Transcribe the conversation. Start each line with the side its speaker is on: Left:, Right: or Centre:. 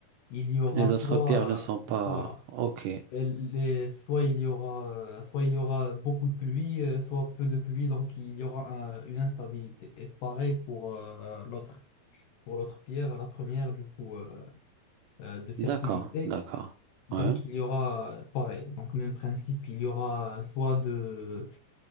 Left: il y aura
Right: Les
Left: soit,
Right: autres pierres ne sont
Left: euh,
Right: pas...
Left: voilà,
Right: Ok,
Left: elle est- soit il y aura, euh, soit il y aura beaucoup de pluie, euh, soit peu de pluie, donc il y aura un- une instabilité. Et pareil pour euh, l'autre, pour l'autre pierre, la première du coup euh, euh, de fertilité.
Right: d'accord, d'accord.
Left: Donc
Right: Ouais.
Left: il y aura euh, pareil, donc même principe, il y aura soit de,